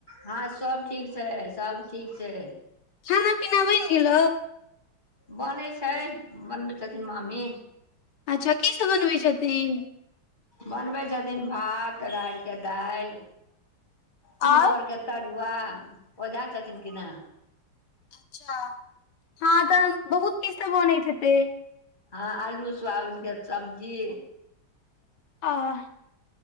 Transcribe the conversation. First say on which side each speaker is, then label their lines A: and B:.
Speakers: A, on the left; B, on the left.
A: हँ सब ठीक छै सब ठीक छै
B: खाना पीना बनि गेल
A: बनै छै बनबै छथिन मामी
B: अच्छा की सब बनबै छथिन
A: बनबै छथिन भात रारिके दालि तिलकोर
B: आओर
A: के तरुआ ओझा छथिन कना
B: अच्छा हँ तऽ बहुत किछु तऽ बनैत हेतै
A: हँ आलू सुआबीन के सब्जी
B: आ